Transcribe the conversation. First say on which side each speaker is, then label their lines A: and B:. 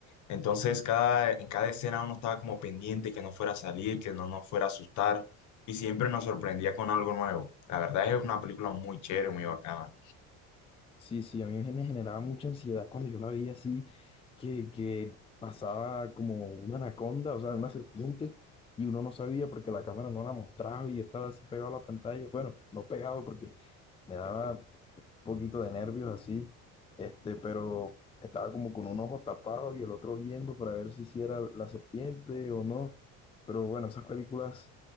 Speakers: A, on the left; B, on the left.
A: Entonces, cada, en cada escena uno estaba como pendiente que no fuera a salir, que no nos fuera a asustar, y siempre nos sorprendía con algo nuevo. La verdad es una película muy chévere, muy bacana.
B: Sí, sí, a mí me me generaba mucha ansiedad cuando yo la veía así, que, que pasaba como una anaconda, o sea, una serpiente, y uno no sabía porque la cámara no la mostraba y estaba así pegado a la pantalla. Bueno, no pegado porque me daba un poquito de nervios así, este, pero estaba como con un ojo tapado y el otro viendo para ver si sí era la serpiente o no. Pero bueno, esas películas